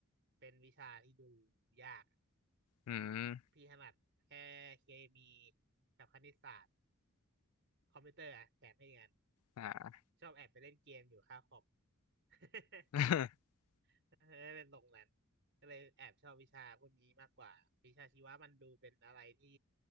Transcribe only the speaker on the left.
อืม
อ่า
<laughs>